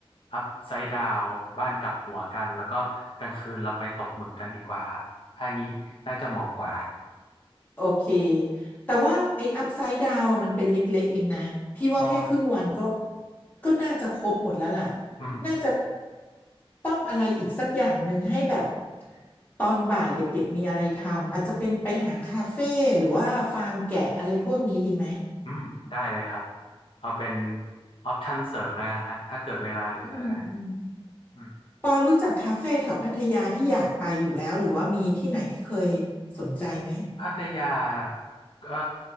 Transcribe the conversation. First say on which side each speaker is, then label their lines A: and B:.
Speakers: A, on the left; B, on the left.
A: อัพไซด์ดาวบ้านกลับหัวกันแล้วก็กลางคืนเราไปตกหมึกกันดีกว่าครับถ้างี้น่าจะเหมาะกว่า
B: โอเค แต่ว่าไอ้อัพไซด์ดาวอะมันเป็นเล็กๆเองนะ พี่ว่าแค่ครึ่งวันก็
A: อ๋อ
B: ก็น่าจะครบหมดแล้วล่ะ
A: อืม
B: น่าจะต้องอะไรอีกสักอย่างหนึ่งให้แบบตอนบ่ายเด็กๆมีอะไรทำ อาจจะเป็นไปหาคาเฟ่หรือว่าฟาร์มแกะอะไรพวกนี้ดีไหม
A: อืมได้เลยครับ เอาเป็นออปชันเสริมแล้วกันฮะถ้าเกิดเวลาเหลือนะ
B: อืมอืม
A: อืม
B: ปอรู้จักคาเฟ่แถวพัทยาที่อยากไปอยู่แล้วหรือว่ามีที่ไหนที่เคยสนใจไหม
A: ที่พัทยาเอ่อ